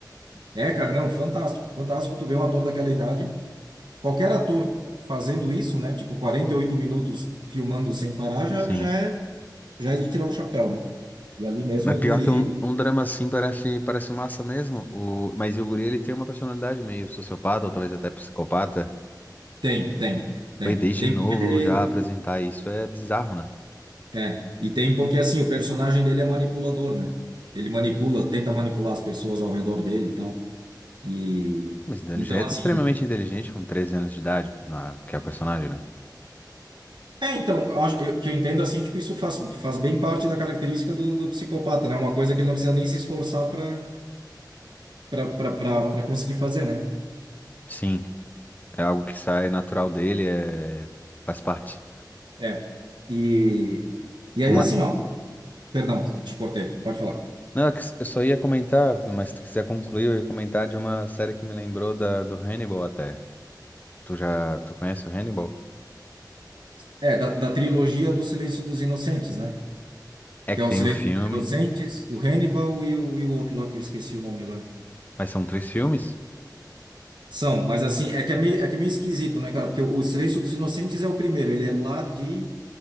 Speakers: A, on the right; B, on the left.
A: é, cara, não, fantástico, fantástico tu vê um ator daquela idade, qualquer ator fazendo isso, né? Tipo, 48 minutos filmando sem parar já,
B: sim.
A: já é, já é de tirar o chapéu, né? E ali mesmo
B: Mas pior
A: o guri,
B: que um, um drama assim parece, parece massa mesmo. O, mas e o guri, ele tem uma personalidade meio sociopata, ou talvez até psicopata.
A: Tem, tem, tem.
B: Foi desde
A: Tem
B: novo
A: porque ele
B: já apresentar isso é bizarro, né?
A: é, e tem porque assim, o personagem dele é manipulador, né? Ele manipula, tenta manipular as pessoas ao redor dele e tal. E
B: Mas então,
A: então
B: ele já é
A: assim,
B: extremamente inteligente com 13 anos de idade, na- que é o personagem, né?
A: é, então, eu acho eu- que eu entendo assim, tipo, isso faz, faz bem parte da característica do, do psicopata, né? Uma coisa que ele não precisa nem se esforçar para para para conseguir fazer, né?
B: Sim. É algo que sai natural dele, é... faz parte.
A: É. E e aí
B: Uma...
A: assim, ó, perdão, te cortei. Pode falar.
B: Não, é que eu só ia comentar, mas se tu quiser concluir, eu ia comentar de uma série que me lembrou da, do Hannibal até. Tu já, tu conhece o Hannibal?
A: É, da, da trilogia do Silêncio dos Inocentes, né?
B: É
A: que
B: que
A: é o
B: tem
A: Silêncio
B: o filme,
A: dos Inocentes, o Hannibal e o, e o outro lá que eu esqueci o nome agora.
B: mas são três filmes.
A: São, mas assim, é que é meio, é que é meio esquisito, né, cara? Porque o, o Silêncio dos Inocentes é o primeiro, ele é lá de.